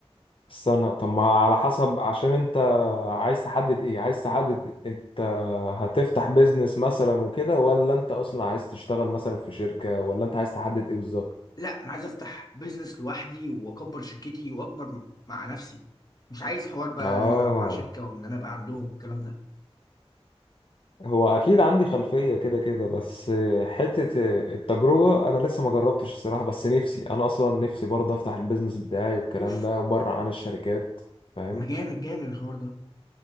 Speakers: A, on the left; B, on the left.
A: استنى طب ما على حسب عشان انت عايز تحدد ايه عايز تحدد انت هتفتح بيزنس مثلا وكده ولا انت اصلا عايز تشتغل مثلا في شركة ولا انت عايز تحدد ايه بالظبط
B: لا انا عايز افتح بيزنس لوحدي واكبر شركتي واكبر مع نفسي مش عايز حوار بقى
A: اه
B: ان انا مع شركه وان انا بقى عندهم الكلام ده
A: هو اكيد عندي خلفية كده كده بس حتة التجربة انا لسه ما جربتش الصراحة بس نفسي انا اصلا نفسي برضه افتح البيزنس بتاعي والكلام
B: اوف
A: ده بره عن الشركات فاهم
B: ما جامد جامد الحوار ده